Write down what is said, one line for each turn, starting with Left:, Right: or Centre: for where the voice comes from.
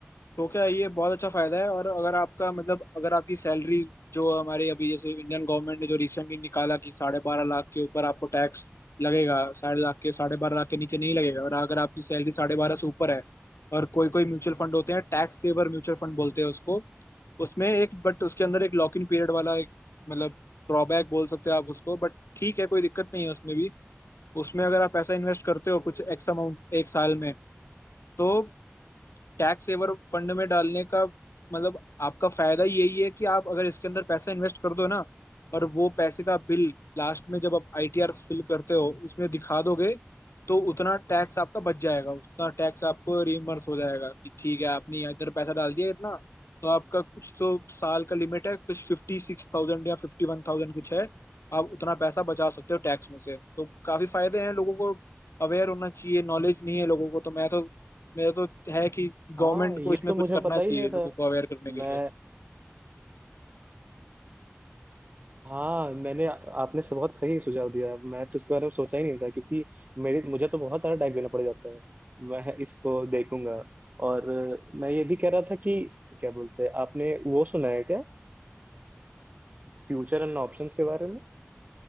Left: तो क्या ये बहुत अच्छा फायदा है और अगर आपका मतलब अगर आपकी सैलरी जो हमारे अभी जैसे इंडियन गवर्नमेंट ने जो रिसेंटली निकाला कि साढ़े बारह लाख के ऊपर आपको टैक्स लगेगा साढ़े लाख के साढ़े बारह लाख के नीचे नहीं लगेगा और अगर आपकी सैलरी साढ़े बारह से ऊपर है और कोई कोई म्यूचुअल फंड होते हैं टैक्स सेवर म्यूचुअल फंड बोलते हैं उसको उसमें एक बट उसके अंदर एक लॉक इन पीरियड वाला एक मतलब ड्रॉबैक बोल सकते हैं आप उसको बट ठीक है कोई दिक्कत नहीं है उसमें भी उसमें अगर आप पैसा इन्वेस्ट करते हो कुछ एक्स अमाउंट एक साल में तो टैक्स सेवर फंड में डालने का मतलब आपका फायदा यही है कि आप अगर इसके अंदर पैसा इन्वेस्ट कर दो ना और वो पैसे का बिल लास्ट में जब आप आईटीआर फिल करते हो उसमें दिखा दोगे तो उतना टैक्स आपका बच जाएगा उतना टैक्स आपको रिइम्बर्स हो जाएगा कि ठीक है आपने इधर पैसा डाल दिया इतना तो आपका कुछ तो साल का लिमिट है कुछ फिफ्टी सिक्स थाउजेंड या फिफ्टी वन थाउजेंड कुछ है आप उतना पैसा बचा सकते हो टैक्स में से तो काफी फायदे हैं लोगों को अवेयर होना चाहिए नॉलेज नहीं है लोगों को तो मैं तो मेरा तो है कि
Right: हाँ
Left: गवर्नमेंट
Right: ये
Left: को इसमें
Right: तो
Left: कुछ
Right: मुझे
Left: करना
Right: पता
Left: चाहिए
Right: ही नहीं
Left: लोगों
Right: था
Left: को अवेयर करने
Right: मैं
Left: के लिए
Right: हाँ मैंने आपने सब- बहुत सही सुझाव दिया मैं तो इसके बारे में सोचा ही नहीं था क्योंकि मेरे मुझे तो बहुत सारा टाइम देना पड़ जाता है मैं इसको देखूंगा और मैं ये भी कह रहा था कि क्या बोलते हैं आपने वो सुना है क्या फ्यूचर एंड ऑप्शंस के बारे में